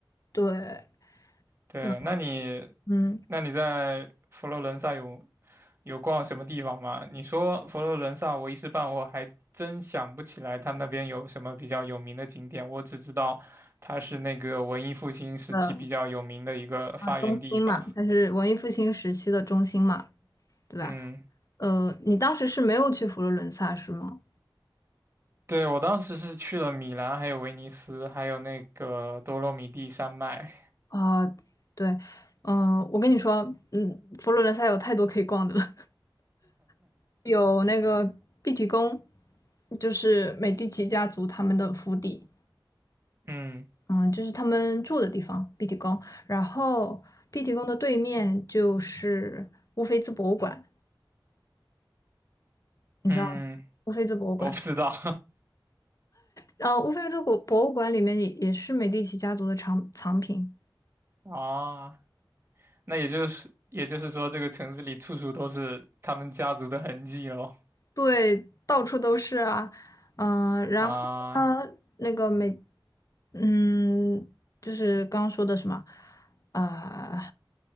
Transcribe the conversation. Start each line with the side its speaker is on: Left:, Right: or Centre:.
Left: 对，
Right: 对，
Left: 嗯
Right: 那你
Left: 嗯，
Right: 那你在佛罗伦萨有有逛什么地方吗？你说佛罗伦萨，我一时半会儿还真想不起来，它那边有什么比较有名的景点。我只知道它是那个文艺复兴时期比较有名的一个发源地吧。
Left: 的中心嘛，它是文艺复兴时期的中心嘛，对吧？
Right: 嗯，
Left: 呃，你当时是没有去佛罗伦萨是吗？
Right: 对，我当时是去了米兰，还有威尼斯，还有那个多洛米蒂山脉。
Left: 啊、对，嗯、我跟你说，嗯，佛罗伦萨有太多可以逛的了，<laughs> 有那个碧提宫，就是美第奇家族他们的府邸，
Right: 嗯
Left: 嗯，就是他们住的地方，碧提宫。然后碧提宫的对面就是乌菲兹博物馆，你知道吗？
Right: 嗯，
Left: 乌菲兹博物馆。
Right: 我不知道
Left: 呃，乌菲兹博博物馆里面也也是美第奇家族的藏藏品，
Right: <laughs> 啊。那也就是也就是说，这个城市里处处都是他们家族的痕迹喽。
Left: 对，到处都是啊。嗯、然后呢，
Right: 啊，
Left: 那个美，嗯，就是刚刚说的什么，呃，